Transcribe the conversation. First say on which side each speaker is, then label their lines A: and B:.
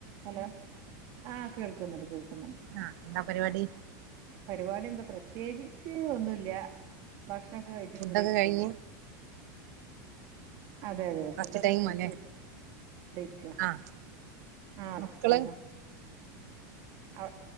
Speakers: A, on the right; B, on the right.
A: Hello ആഹ് കേൾക്കുന്നുണ്ട് കേൾക്കുന്നുണ്ട്
B: ആഹ് എന്താ പരിപാടി
A: പരിപാടി എന്താ പ്രത്യേകിച്ച് ഒന്നുമില്ല ഭക്ഷണൊക്കെ കഴിച്ചിട്ട്
B: ഫുഡൊക്കെ
A: ഇവിടെ ഇരിക്കുന്നു
B: കഴിഞ്ഞ്
A: അതെ അതെ
B: റസ്റ്റ്
A: ഫുഡൊക്കെ
B: ടൈം
A: കഴിച്ച്
B: അല്ലേ
A: ഇവിടെയിരിക്കാ
B: ആഹ്
A: ആ
B: മക്കള്
A: റസ്റ്റ്‌ ടൈമാ ആ